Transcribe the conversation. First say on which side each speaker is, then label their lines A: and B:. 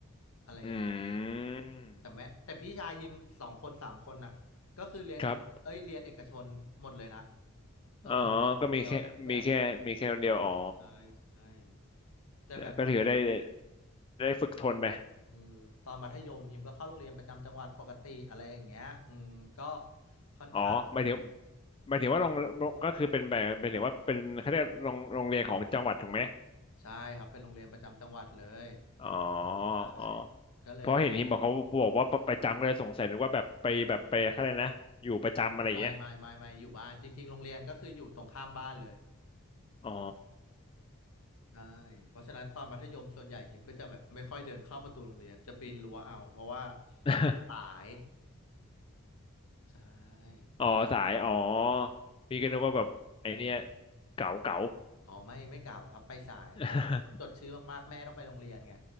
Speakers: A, on the left; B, on the left.
A: อะไรอย่างเงี้ย
B: อืม
A: แต่แม้แต่พี่ชายฮิมสองคนสามคนอ่ะก็คือเรียนอินเอ้ยเรียนเอกชนหมดเลยนะ
B: ครับ
A: เออมีคนเดียวที่แบบ
B: อ๋อก็มีแค่มีแค่มีแค่คนเดียวอ๋อ
A: ใช่ใช่แต่แบบ
B: ก็ถือได้ได้ฝึกทนไป
A: เออตอนมัธยมฮิมก็เข้าโรงเรียนประจำจังหวัดปกติอะไรอย่างเงี้ยอืมก็ค่อนข้าง
B: อ๋อหมายถึงหมายถึงว่าโรงโรงก็คือเป็นแบบหมายถึงว่าเป็นเขาเรียกโรงโรงเรียนของจังหวัดถูกไหม
A: ใช่ครับเป็นโรงเรียนประจำจังหวัดเลย
B: อ๋อ
A: ใช่
B: อ๋อ
A: ก็เลยแบบ
B: เพราะเห็นทีมบอกเขาบอกว่าประจำก็เลยสงสัยนึกว่าแบบไปแบบไปอะไรนะอยู่ประจำอะไรอย่างเงี้ย
A: ไม่ไม่ไม่ไม่ไม่อยู่บ้านจริงๆโรงเรียนก็คืออยู่ตรงข้ามบ้านเลย
B: อ๋อ
A: ใช่เพราะฉะนั้นตอนมัธยมส่วนใหญ่หิมก็จะแบบไม่ค่อยเดินเข้าประตูโรงเรียนจะปีนรั้วเอาเพราะว่า
B: <laughs>
A: สายใช่
B: อ๋อสายอ๋อพี่ก็นึกว่าแบบไอเนี้ยเก๋าเก๋า
A: อ๋อไม่ไม่เก่าครับไปสายเพราะว่าต้องจดชื่อมากๆแม่ต้องไปโรงเรียนไง
B: <laughs>